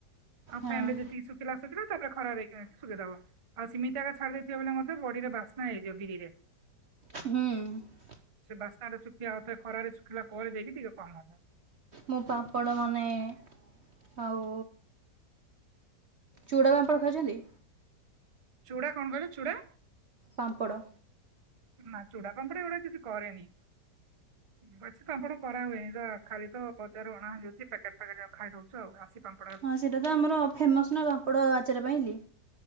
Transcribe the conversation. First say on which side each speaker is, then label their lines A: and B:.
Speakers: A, on the right; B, on the right.
A: ଆଉ
B: ହଁ
A: ଫାନ ରେ ଯେତିକି ଶୁଖିଲା ଶୁଖିଲା ତାପରେ ଖରା ରହିକି ଶୁଖେଇ ଦବ। ଆଉ ସିମତି ଏକା ଛାଡି ଦେଇଥିବା ବଳେ ମତେ ବଡିରେ ବାସ୍ନା ହେଇଯିବ ବିରିରେ
B: ହୁଁ ଉଁ
A: ସେ ବାସ୍ନା ଟା ଶୁଖିଲା ଆଉଥରେ ଖରାରେ ଶୁଖିଲା ପରେ ଯାଇକି ଟିକେ କମ ହେଲା।
B: ମୁଁ ପାମ୍ପଡ ବନାଏ ଆଉ ଚୁଡ଼ା ପାମ୍ପଡ ଖାଇଛନ୍ତି?
A: ଚୁଡ଼ା କଣ କହିଲ ଚୁଡ଼ା?
B: ପାମ୍ପଡ଼।
A: ନା ଚୁଡ଼ା ପାମ୍ପଡା ଏଗୁଡା କିଛି କରେନି। ବେସି ପାମ୍ପଡ କରା ହୁଏନି, ତ ଆଖାଲି ତ ବଜାରୁ ଅଣା ହେଇଯାଉଛି ପ୍ୟାକେଟ ପ୍ୟାକେଟ ଖାଇଦଉ। ଆସିିପାମ୍ପଡ
B: ହଁ ସେଇଟା ତ ଆମର ଫେମସ୍ ନା, ବାମ୍ପଡ଼ ଆଚାର ପାଇଁଲି।